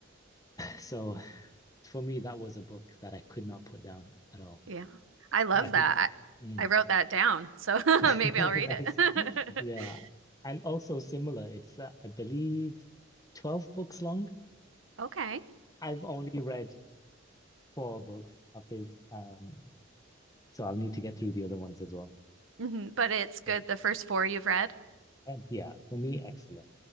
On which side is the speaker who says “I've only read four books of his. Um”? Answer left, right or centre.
Left